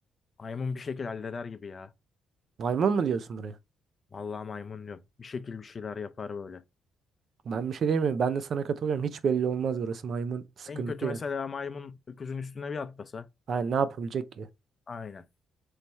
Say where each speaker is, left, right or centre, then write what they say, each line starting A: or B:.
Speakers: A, on the left; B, on the right.
A: maymun bir şekilde halleder gibi ya.
B: Maymun mu diyorsun buraya?
A: Vallahi maymun diyorum. Bir şekil bir şeyler yapar böyle.
B: Ben bir şey diyemiyorum. Ben de sana katılıyorum. Hiç belli olmaz burası. Maymun sıkıntı
A: En kötü
B: yani.
A: mesela maymun öküzün üstüne bir atlasa.
B: Yani ne yapabilecek ki?
A: Aynen.